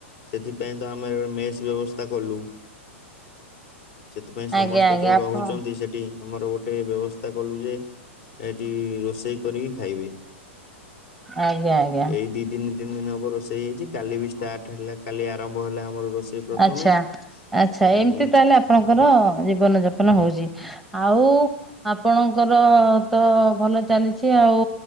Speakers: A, on the left (about 55°); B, in the centre.
A: ସେଥିପାଇଁ ତ ଆମେ ମେସ୍ ବ୍ୟବସ୍ଥା କଲୁ। ସେଥିପାଇଁ ସମସ୍ତେ
B: ଆଜ୍ଞା ଆଜ୍ଞା
A: ଯୋଉ ରହୁଛନ୍ତି
B: ଆପଣ
A: ସେଠି ଆମର ଗୋଟେ ବ୍ୟବସ୍ଥା ଚିତା କଲୁ ଯେ। ଏଠି ରୋଷେଇ କରିକି ଖାଇବେ।
B: ଆଜ୍ଞା ଆଜ୍ଞା
A: ଏଇ ଦି ଦିନି ତିନି ଦିନି ହବ ରୋଷେଇ ହେଇଛି କାଲି ବି ଷ୍ଟାର୍ଟ ହେଲା କାଲି ଆରମ୍ଭ ହେଲା ଆମର ରୋଷେଇ। ପ୍ରଥମେ
B: ଆଚ୍ଛା। ଆଚ୍ଛା
A: ଉଁ
B: ଏମତି ତାହେଲେ ଆପେ ଆପଣଙ୍କର ଜୀବନ ଯାପନ ହଉଛି। ଆଉ ଆପଣଙ୍କ ଆପଣଙ୍କର ତ ଭଲ ଚାଲିଛି ଆଉ।